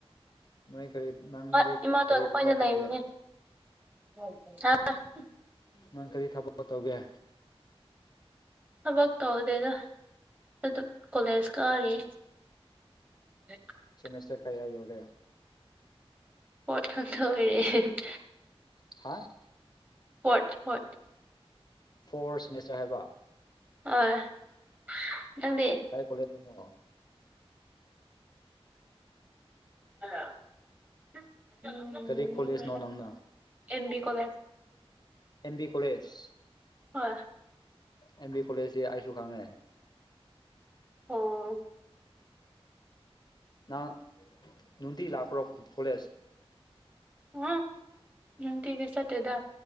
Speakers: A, on the left; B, on the right.
A: ꯅꯣꯏ ꯀꯔꯤ ꯅꯪꯗꯤ
B: ꯍ‌ꯣꯏ ꯏꯃꯥꯇꯣꯟ
A: ꯀꯔꯤ ꯊꯕꯛ
B: ꯍ‌ꯣꯏꯗ
A: ꯇꯧꯒꯦ
B: ꯂꯩꯕꯅꯦ <inaudible>
A: ꯅꯪ ꯀꯔꯤ ꯊꯕꯛ ꯇꯧꯒꯦ
B: ꯊꯕꯛ ꯇꯧꯗꯦꯗ ꯑꯗꯨ ꯀꯣꯂꯦꯖ ꯀꯥꯔꯤ <unintelligible>
A: ꯁꯦꯃꯦꯁꯇꯔ ꯀꯌꯥ ꯌꯧꯔꯦ
B: ꯄꯣꯠ ꯈꯛꯊꯥꯕꯤꯔ‌ꯦ <unintelligible>
A: ꯍꯥ
B: ꯄ‌ꯣꯔꯠ ꯍꯣꯏ
A: ꯐꯣꯔ ꯁꯦꯃꯦꯁꯇꯔ ꯍꯥꯏꯕ
B: <unintelligible> ꯅꯪꯗꯤ
A: ꯀꯥꯢ ꯀꯣꯂꯦꯖꯇꯅꯣ
B: <unintelligible> ꯎꯝ
A: ꯀꯔꯤ ꯀꯣꯂꯦꯖꯅꯣ ꯅꯪꯅ
B: M B college
A: M B college
B: ꯍꯣꯏ
A: ꯑꯦꯝ ꯕꯤ ꯀꯣꯂꯦꯖꯇꯤ ꯑꯩꯁꯨ ꯈꯪꯉꯦ
B: ꯑꯣ
A: ꯅꯪ ꯅꯨꯡꯇꯤ ꯂꯥꯛꯄ꯭ꯔꯣ ꯀ‌ꯣꯂꯦꯖ
B: ꯎꯝ ꯅꯨꯡꯇꯤꯒꯤ ꯆꯠꯇꯦꯗ